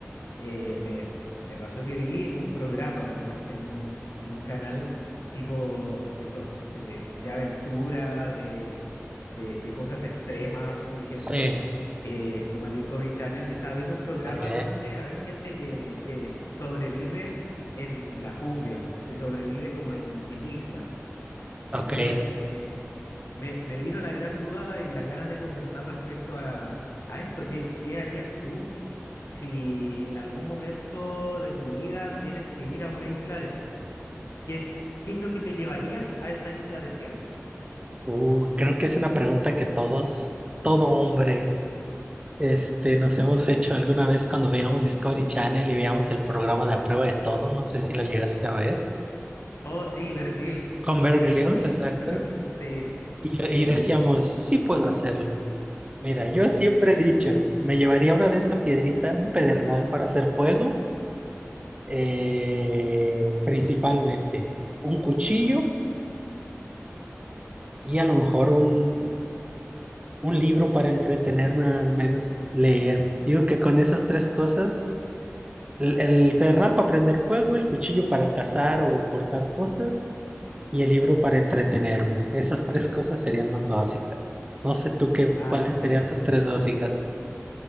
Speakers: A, on the left; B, on the right.
A: eh, me, me pasó que vi un programa ahora en un, en un canal tipo de estos de, de aventura, de, de, de cosas extremas, por ejemplo,
B: Sí,
A: eh, como el Discovery Channel, y estaba viendo un programa
B: ok,
A: donde hay gente que, que sobrevive en la jungla, que sobrevive como en, en islas.
B: Ok,
A: Entonces, eh, Me, me vino la gran duda y las ganas de conversar respecto a, a esto. ¿Qué, qué harías tú si en algún momento de tu vida tienes que ir a una isla desierta? ¿Qué es, qué es lo que te llevarías a esa isla desierta?
B: uh, creo que es una pregunta que todos, todo hombre, este, nos hemos hecho alguna vez cuando veíamos Discovery Channel y veíamos el programa de A Prueba de Todo, no sé si lo llegaste a ver,
A: Oh, sí, Bear Grylls.
B: con Bear
A: Sí,
B: Grylls,
A: el,
B: exacto,
A: el programa. Sí,
B: y,
A: sí,
B: y
A: lo
B: decíamos,
A: vi.
B: sí puedo hacerlo. Mira, yo siempre he dicho, me llevaría una de esa piedrita, un pedernal para hacer fuego, eh, principalmente, un cuchillo y a lo mejor un, un libro para entretenerme, al menos leer. Digo que con esas tres cosas, el, el perral para prender fuego, el cuchillo para cazar o cortar cosas y el libro para entretenerme. Esas tres cosas serían las básicas. No sé tú qué,
A: Ah,
B: cuáles
A: claro.
B: serían tus tres básicas.